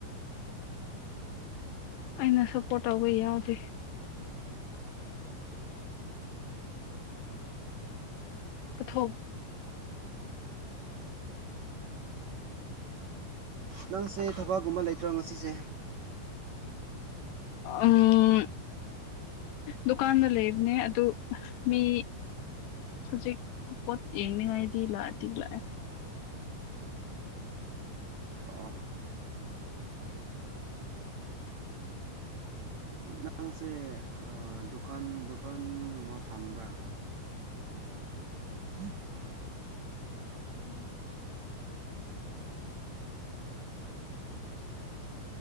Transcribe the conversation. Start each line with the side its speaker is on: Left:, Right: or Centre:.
Left: ꯑꯩꯅ ꯁꯞꯄꯣꯔꯠ ꯇꯧꯕ ꯌꯥꯎꯗꯦ ꯀꯊꯣꯛ
Right: ꯅꯪꯁꯦ ꯊꯕꯛꯀꯨꯝꯕ ꯂꯩꯇ꯭ꯔꯣ ꯉꯁꯤꯁꯦ
Left: ꯎꯝ ꯗꯨꯀꯥꯟꯗ ꯂꯩꯕꯅꯦ ꯑꯗꯨ ꯃꯤ ꯍꯧꯖꯤꯛ ꯄꯣꯠ ꯌꯦꯡꯅꯤꯡꯉꯥꯏꯗꯤ ꯂꯥꯛꯑꯗꯤ ꯂꯥꯛꯑꯦ
Right: ꯑꯣ ꯑꯉꯥꯡꯁꯦ ꯗꯨꯀꯥꯟ ꯗꯨꯀꯥꯟ ꯑꯃ ꯐꯝꯕ꯭ꯔꯥ <inaudible>
Left: ꯎꯝ